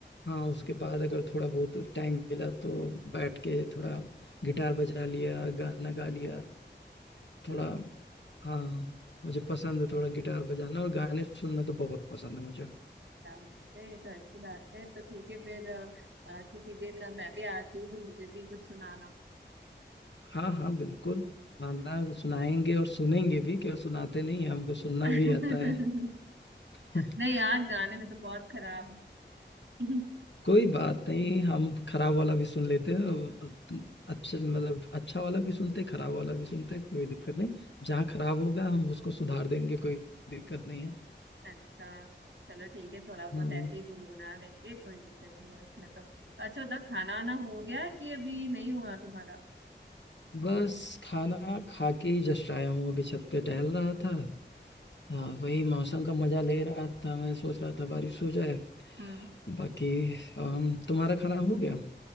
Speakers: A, on the left; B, on the right.
A: हाँ उसके बाद अगर थोड़ा बहुत टाइम मिला तो बैठ के थोड़ा गिटार बजा लिया गाना गा लिया
B: अच्छा
A: थोड़ा हाँ मुझे पसंद है थोड़ा गिटार बजाना और गाने सुनना तो बहुत पसंद है मुझे
B: क्या बात है ये तो अच्छी बात है तो ठीक है फिर अ, अ, किसी दिन मैं भी आती हूँ तो मुझे भी कुछ सुनाना
A: हाँ हाँ बिल्कुल खाना सुनाएंगे और सुनेंगे भी क्यों सुनाते नहीं हैं, हमको सुनना
B: <laughs>
A: भी आता है <laughs>
B: नहीं यार गाने में तो बहुत खराब हूँ <laughs>
A: कोई बात नहीं हम खराब वाला भी सुन लेते हैं और अच्छा मतलब अच्छा वाला भी सुनते हैं खराब वाला भी सुनते हैं कोई दिक्कत नहीं जहाँ खराब होगा हम उसको सुधार देंगे कोई दिक्कत नहीं है
B: अच्छा चलो ठीक है थोड़ा बहुत
A: हम्म
B: ऐसे ही गुनगुना लेंगे कोई दिक्कत नहीं है उसमें तो अच्छा बता खाना वाना हो गया कि अभी नहीं हुआ तुम्हारा
A: बस खाना खा के ही जस्ट आया हूँ अभी छत पे टहल रहा था हाँ वही मौसम का मजा ले रहा था मैं सोच रहा था बारिश हो जाए
B: हम्म
A: बाकी अम, तुम्हारा खाना हो गया